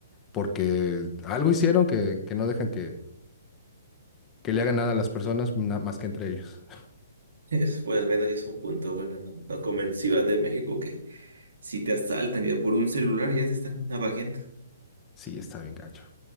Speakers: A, on the left; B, on the right.
A: porque algo hicieron que, que no dejan que, que le hagan nada a las personas na- más que entre ellos. <laughs>
B: Eso, pues al menos ya es un punto bueno, ¿no? No como en Ciudad de México que si te asaltan ya por un celular ya te están navajeando.
A: Sí, está bien gacho.